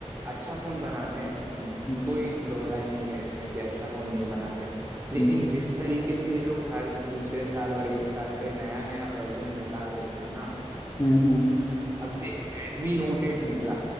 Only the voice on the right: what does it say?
अच्छा फोन बनाते हैं
कोई दो राय नहीं है इसमें कि अच्छा फोन नहीं बनाते लेकिन
जिस तरीके से ये लोग हर दूसरे साल और एक साल पे नया नया वर्जन निकाल देते हैं ना
अब देख रेडमी नोट एट निकला